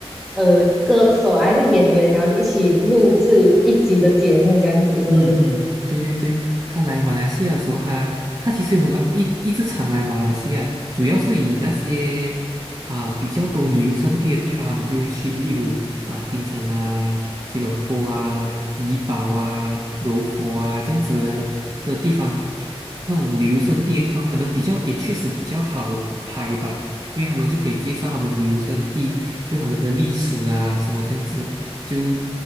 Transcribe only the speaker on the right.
嗯嗯，对对对，他来马来西亚的时候他，他其实有来一一直常来马来西亚，主要是以那些啊、比较多旅游胜地的地方，他们就会去，例如啊、槟城啊、吉隆坡啊、怡保啊、柔佛啊这样子的地方，那种旅游胜地的地方，可能比较也确实比较好拍吧，因为他们就可以介绍他们旅游胜地，就他们的历史啊什么这样子。就